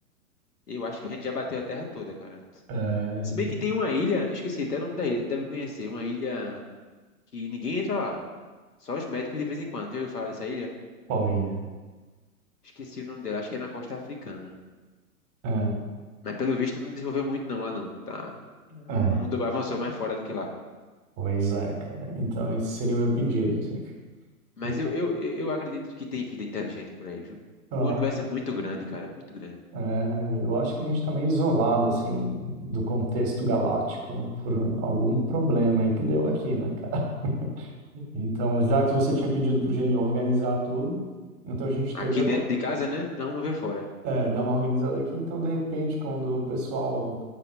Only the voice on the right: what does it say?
Eh,
qual ilha?
É,
é,
pois é, cara. Então esse seria o meu pedido, assim.
E,
ah,
é, eu acho que a gente está meio isolado, assim, do contexto galáctico por algum problema aí que deu aqui, né, cara? <laughs> Então, já que você tinha pedido para o gênio organizar tudo, então a gente teria
co-
é, dar uma organizada aqui. Então, de repente, quando o pessoal